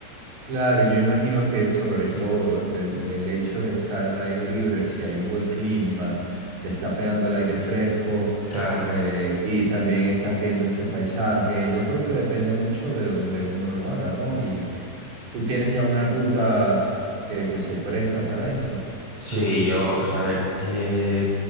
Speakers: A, on the right; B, on the right.
A: Claro, yo imagino que sobre todo el, el hecho de estar al aire libre, si hay un buen clima, te está pegando el aire fresco
B: Claro.
A: eh, y también estás viendo ese paisaje. Yo creo que depende mucho de donde uno lo haga, ¿no? Y tú tienes ya una ruta que, que se presta para esto.
B: Sí, yo, o sea, a ver, eh,